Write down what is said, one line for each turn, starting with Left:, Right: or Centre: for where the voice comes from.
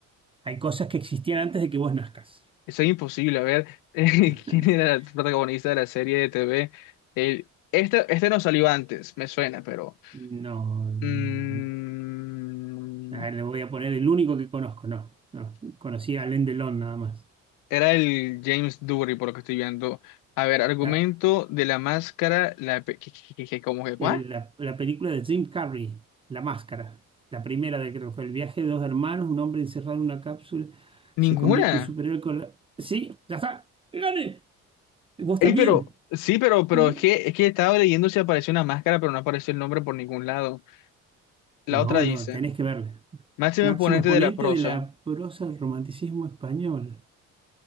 Right: Hay cosas que existían antes de que vos nazcas.
Left: Eso es imposible. A ver, <laughs> eh,
Right: <laughs>
Left: ¿quién era el protagonista de la serie de TV? El- este, este no salió antes, me suena, pero...
Right: No. no.
Left: mm,
Right: Ah, le voy a poner el único que conozco, no. No, conocí a Alain Delon nada más.
Left: era el James Dury, por lo que estoy viendo. A ver, argumento
Right: La,
Left: de la máscara, la... pe- ¿Qué, qué, qué, qué, cómo que cuál?
Right: el- la- la película de Jim Carrey, La Máscara, la primera de creo que fue El viaje de dos hermanos, un hombre encerrado en una cápsula
Left: Ninguna.
Right: se convierte en superhéroe con la- Sí, ya está, gane. ¿Vos
Left: Ey,
Right: también?
Left: pero... Sí, pero, pero
Right: Eh,
Left: es que, es que estaba leyendo si apareció una máscara, pero no apareció el nombre por ningún lado. La
Right: No,
Left: otra dice,
Right: no, tenés que verla.
Left: máximo
Right: Máximo
Left: exponente
Right: exponente
Left: de la prosa,
Right: de la prosa del romanticismo español.